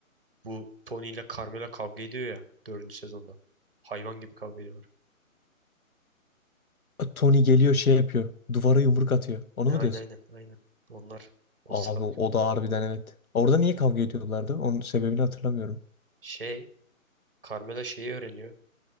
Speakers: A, on the right; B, on the left.
A: Bu Tony ile Carmela kavga ediyor ya. Dördüncü sezonda. Hayvan gibi kavga ediyorlar.
B: Tony geliyor şey yapıyor. Duvara yumruk atıyor. Onu
A: Ha,
B: mu
A: aynen
B: diyorsun?
A: aynen aynen. Onlar o
B: Abi
A: sıralar.
B: o da harbiden evet. Orada niye kavga ediyorlardı? Onun sebebini hatırlamıyorum.
A: Şey Carmela şeyi öğreniyor.